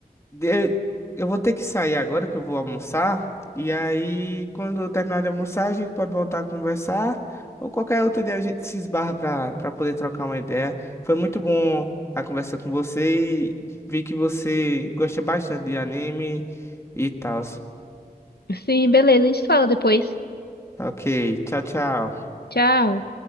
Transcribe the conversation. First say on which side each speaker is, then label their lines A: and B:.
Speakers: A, on the left (about 15°); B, on the left (about 80°).
A: De- Eu vou ter que sair agora que eu vou almoçar. E aí, quando eu terminar de almoçar, a gente pode voltar a conversar. Ou qualquer outro dia a gente se esbarra para para poder trocar uma ideia. Foi muito bom a conversa com você e vi que você gosta bastante de anime e tal.
B: Sim, beleza, a gente fala depois.
A: Ok, tchau, tchau.
B: Tchau.